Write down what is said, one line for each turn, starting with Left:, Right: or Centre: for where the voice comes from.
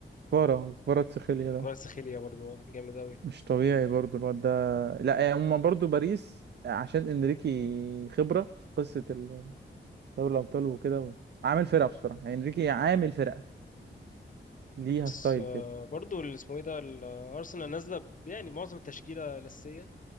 Right: كفارة كفارة تسخيليا ده
Left: كفاراتسخيليا برضو جامد قوي
Right: مش طبيعي برضو الواد ده لا يعني هما برضو باريس عشان انريكي خبرة في قصة ال- دوري الأبطال وكده عامل فرقة بصراحة يعني انريكي عامل فرقة ليها
Left: بس
Right: ستايل
Left: آه،
Right: كده
Left: برضو اللي اسمه ايه ده ال- ارسنال نازلة ب- يعني معظم التشكيلة الأساسية